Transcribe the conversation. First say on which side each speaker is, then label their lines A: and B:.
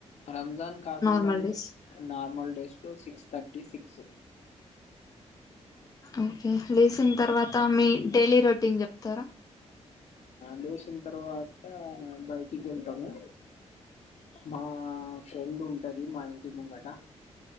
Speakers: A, on the left; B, on the left.
A: రంజాన్ కాకుండా
B: నార్మల్
A: అంటే
B: డేస్
A: నార్మల్ డేస్ లో సిక్స్త్ థర్టీ సిక్స్
B: ఓకే లేసిన తర్వాత మీ డైలీ రొ టీన్ చెప్తారా
A: లేసిన తర్వాత బయటికి వెళ్తాము మా ఫ్రెండ్ ఉంటుంది మా ఇంటి ముంగట